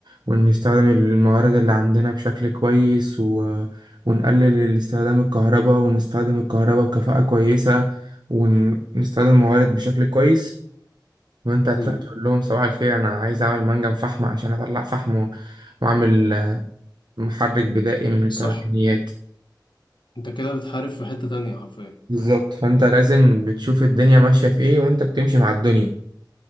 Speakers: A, on the right (about 65°); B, on the left (about 80°).
A: وان نستخدم الموارد اللي عندنا بشكل كويس و... ونقلل استخدام الكهرباء ونستخدم الكهرباء بكفاءة كويسة ونستخدم الموارد بشكل كويس وانت هتروح
B: امم
A: تقول لهم صباح الخير انا عايز اعمل منجم فحم عشان اطلع فحم و- واعمل محرك بدائي من التمكنيات
B: صح أنت كده بتحارب في حتة تانية حرفيا
A: بالظبط فانت لازم بتشوف الدنيا ماشيه في ايه وانت بتمشي مع الدنيا